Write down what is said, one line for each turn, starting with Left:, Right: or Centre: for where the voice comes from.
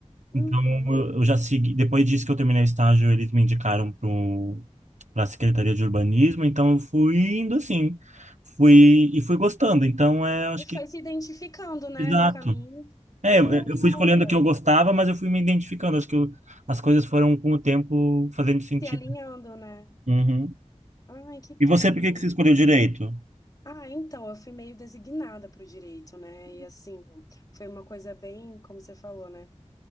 Left: Uhum.
Right: Então, eu eu já segui. Depois disso que eu terminei o estágio, eles me indicaram para a Secretaria de Urbanismo. Então, eu fui indo assim. Fui, e fui gostando. Então, é, acho
Left: E foi
Right: que.
Left: se identificando, né,
Right: Exato.
Left: no caminho.
Right: É,
Left: Que
Right: eu,
Left: loucura!
Right: eu fui escolhendo o que eu gostava, mas eu fui me identificando. Acho que eu- as coisas foram com o tempo fazendo sentido.
Left: Se alinhando, né?
Right: Uhum.
Left: Ai, que tudo!
Right: E você, por que que você escolheu direito?
Left: Ah, então, eu fui meio designada para o direito, né? E assim, foi uma coisa bem, como você falou, né?